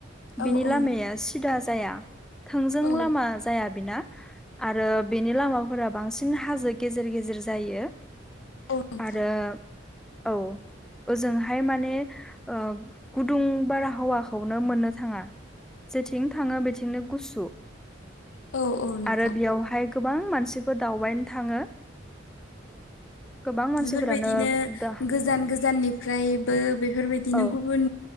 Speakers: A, on the left; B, in the centre.
A: औ
B: बिनि लामाया
A: औ
B: सिदा जाया थोंजों
A: औ
B: लामा जाया बेना आरो बेनि लामाफोरा बांसिन हाजो गेजेर गेजेर जायो
A: औ नोंथां
B: आरो औ ओजोंहाय माने ओ गुदुं बारहावाखौनो मोननो थाङा थिं थाङो बेथिंनो गुसु
A: औ औ नोंथां
B: आरो बेयावहाय गोबां मानसिफोर दावबायनो थाङो गोबां मानसिफोरानो
A: बेफोरबायदिनो
B: दा
A: गोजान गोजाननिफ्रायबो बेफोरबायदिनो
B: औ
A: गुबुन